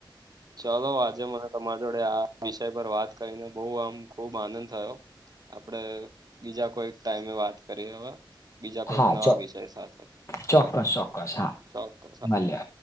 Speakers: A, on the right (about 50°); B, on the left (about 35°).
A: ચાલો આજે મને તમારા જોડે આ વિષય પર વાત કરીને, બહુ આમ ખુબ આનંદ થયો. આપડે બીજા કોઈક ટાઈમે વાત કરીએ હવે. બીજા કોઈક
B: હા
A: નવા
B: ચો
A: વિષય સાથે
B: ચોક્કસ ચોક્કસ હા
A: ચોક્કસ
B: મળ્યા